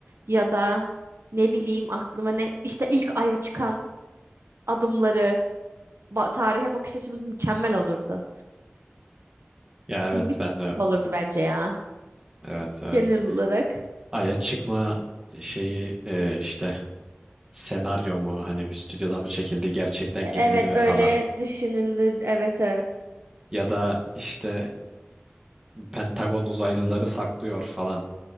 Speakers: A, on the right; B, on the right.
A: ya da ne bileyim aklıma ne işte ilk aya çıkan adımları ba- tarihe bakış açımız mükemmel olurdu.
B: Ya evet
A: Güzel
B: ben de
A: olurdu bence ya
B: evet evet.
A: genel olarak.
B: Ay'a çıkma şeyi e, işte senaryo mu hani bir stüdyoda mı çekildi gerçekten
A: E,
B: gidildi
A: Evet
B: mi
A: öyle
B: falan.
A: düşünülür. Evet evet.
B: Ya da işte e, Pentagon uzaylıları saklıyor falan.